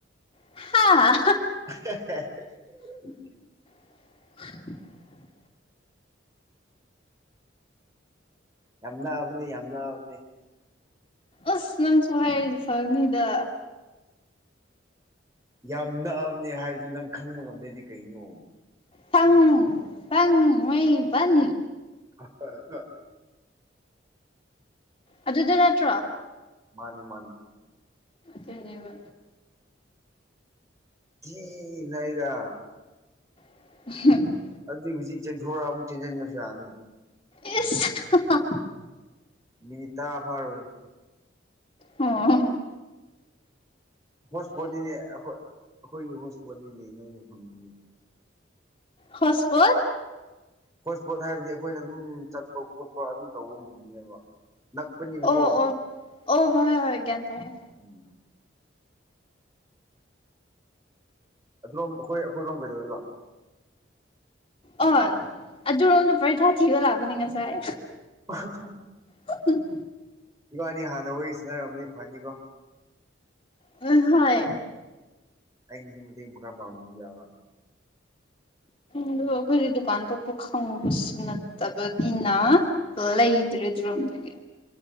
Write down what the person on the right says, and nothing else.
<unintelligible>
ꯌꯥꯝ ꯅꯥꯕꯅꯤ ꯌꯥꯝ ꯅꯥꯕꯅꯤ
ꯌꯥꯝ ꯅꯛꯑꯕꯅꯦ ꯍꯥꯏꯗꯨ ꯅꯪ ꯈꯪꯕ ꯉꯝꯗ꯭ꯔꯗꯤ ꯀꯩꯅꯣ
ꯍ ꯍ
ꯃꯥꯅꯤ ꯃꯥꯅꯤ
ꯀ ꯏꯔ
ꯑꯗꯨꯏ ꯍꯧꯖꯤꯛ ꯆꯦꯟꯊꯣꯔꯛ ꯑꯃꯨꯛ ꯆꯦꯟꯁꯤꯟꯕꯁꯨ ꯌꯥꯅꯤ
ꯃꯤꯅꯤꯇꯥꯚꯥꯔꯣꯏ
ꯍꯣꯠꯁꯄꯣꯠꯅꯤꯅꯦꯣꯏ ꯑꯩꯈꯣꯏꯒꯤ ꯍꯣꯠ ꯏꯁꯄꯣꯠꯅꯤꯅꯦ ꯅꯣꯏꯒꯤ ꯃꯐꯝꯁꯤꯗꯤ
ꯍꯣꯠ ꯏꯁꯄꯣꯠ ꯍꯥꯏꯕꯗꯤ ꯑꯩꯈꯣꯏꯅ ꯑꯗꯨꯝ ꯆꯠꯄ ꯈꯣꯠꯄ ꯑꯗꯨꯝ ꯇꯧꯕ ꯐꯐꯝꯅꯦꯕ ꯅꯛꯄꯅꯤꯅꯀꯣ
ꯎꯝ ꯑꯗꯨꯣꯝ ꯑꯩꯈꯣꯏ ꯑꯩꯈꯣꯏꯔꯣꯝ ꯀꯩꯗꯧꯔꯤꯕ
<unintelligible>
ꯏꯕꯥꯅꯤ ꯍꯥꯟꯅ ꯋꯥꯔꯤꯁꯤꯅꯔꯔꯕꯅꯤ ꯐꯅꯤꯀꯣ
ꯑꯩꯅꯁꯨ ꯃꯇꯦꯡ ꯈꯔ ꯄꯥꯡꯕ ꯌꯥꯕ